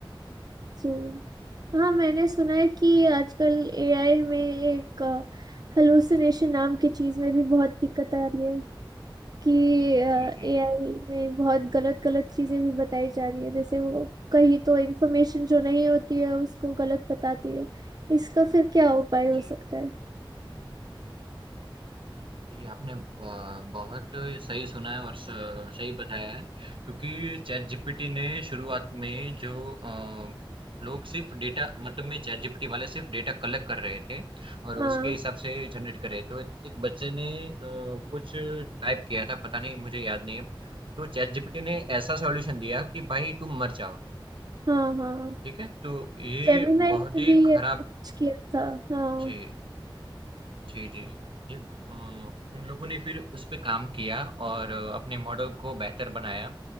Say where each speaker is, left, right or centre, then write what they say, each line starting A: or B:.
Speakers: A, on the right; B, on the right.
A: जी हाँ मैंने सुना है कि आजकल एआई में एक हेलुसिनेशन नाम की चीज में भी बहुत दिक्कत आ रही है कि एआई
B: जी जी
A: में बहुत गलत गलत चीजें भी बताई जा रही है जैसे वो कहीं तो इंफॉर्मेशन जो नहीं होती है उसको गलत बताती है इसका फिर क्या उपाय हो
B: जी
A: सकता है
B: जी, आपने अ, बहुत सही सुना है और स सही बताया है, क्योंकि चैटजीपीटी ने शुरुआत में जो अ, लोग सिर्फ़ डेटा मतलब में चैटजीपीटी वाले सिर्फ़ डेटा कलेक्ट कर रहे थे और
A: हाँ
B: उसके हिसाब से जनरेट कर रहे थे। तो एक बच्चे ने अ, कुछ टाइप किया था, पता नहीं मुझे याद नहीं है। तो चैटजीपीटी ने ऐसा सॉल्यूशन दिया कि भाई तुम मर जाओ,
A: हाँ हाँ
B: ठीक है? तो ये
A: जेमिनाई
B: बहुत
A: ने
B: ही
A: भी
B: खराब
A: ऐसा कुछ किया था हाँ
B: जी। जी, जी। ये अ, उन लोगों ने फिर उस पे काम किया और अ, अपने मॉडल को बेहतर बनाया